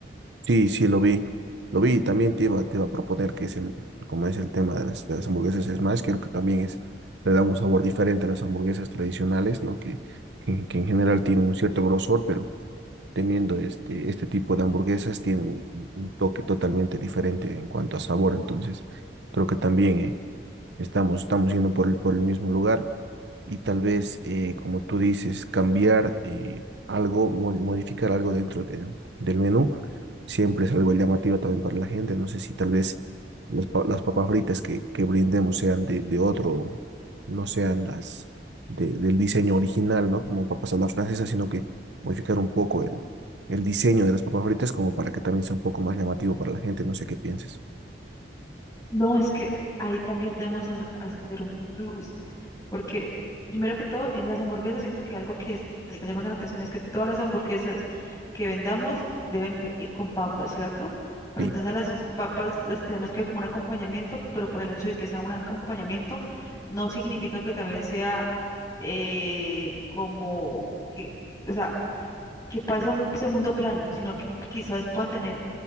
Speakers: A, on the right; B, on the left.
A: Sí, sí, lo vi. Lo vi, también te iba, te iba a proponer que es el, como es el tema de las, de las hamburguesas, es más, creo que también es, le da un sabor diferente a las hamburguesas tradicionales, ¿no? Que, que, que en general tienen un cierto grosor, pero teniendo este, este tipo de hamburguesas tienen un, un- un toque totalmente diferente en cuanto a sabor, entonces creo que también eh, estamos, estamos yendo por el, por el mismo lugar y tal vez, eh, como tú dices, cambiar eh, algo, mo- modificar algo dentro de- del menú, siempre es algo llamativo también para la gente. No sé si tal vez las, pa- las papas fritas que, que brindemos sean de, de otro, no sean las de- del diseño original, ¿no? Como papas a la francesa, sino que modificar un poco el, el diseño de las papas fritas como para que también sea un poco más llamativo para la gente. No sé qué pienses.
B: No, es que ahí también tenemos que hacer un plus, porque primero que todo, en las hamburguesas siento que algo que es- te está llamando la atención es que todas las hamburguesas que vendamos deben ve- ir con papas, ¿cierto? Pero
A: Sí,
B: entonces las papas las tenemos que ver como un acompañamiento, pero por el hecho de que sea un acompañamiento, no significa que también sea eh, como que, o sea, que pase a un segundo plano, sino que quizás pueda tener